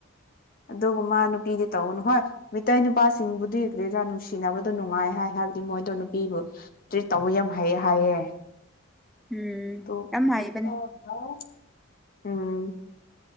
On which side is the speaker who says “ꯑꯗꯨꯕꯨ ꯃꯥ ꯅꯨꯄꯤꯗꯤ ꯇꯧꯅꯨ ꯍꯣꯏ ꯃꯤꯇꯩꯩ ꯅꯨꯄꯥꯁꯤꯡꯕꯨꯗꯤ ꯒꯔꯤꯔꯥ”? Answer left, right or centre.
Left